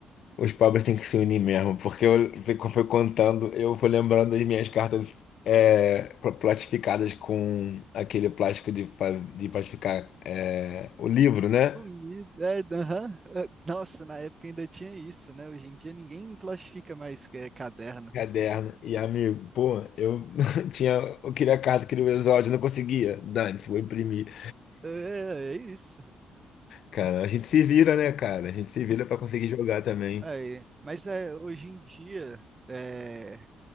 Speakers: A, on the left; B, on the right.
A: Os pobres têm que se unir mesmo, porque eu fico- foi contando, eu fui lembrando das minhas cartas é, pla- plastificadas com aquele plástico de, faz- de plastificar é, o livro, né?
B: Comida, é, aham, é, Nossa, na época ainda tinha isso, né? Hoje em dia ninguém plastifica mais é, caderno.
A: Caderno. E amigo, pô, eu <laughs> tinha, eu queria a carta, queria o exódio, não conseguia. Dane-se, vou imprimir.
B: É, é isso.
A: Cara, a gente se vira, né, cara? A gente se vira pra conseguir jogar também.
B: Aí, mas é, hoje em dia, é,